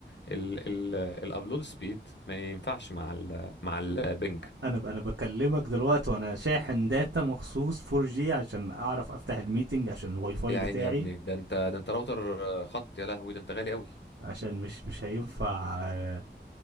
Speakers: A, on the left; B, on the right.
A: ال ال الابلود سبيد ما ينفعش مع ال مع البنج
B: انا ب... انا بكلمك دلوقتي وانا شاحن داتا مخصوص 4 جي عشان اعرف افتح الميتنج عشان الواي فاي
A: يا
B: بتاعي
A: عيني يا ابني ده انت ده انت راوتر آه، خط يا لهوي ده انت غالي قوي
B: عشان مش مش هينفع آه،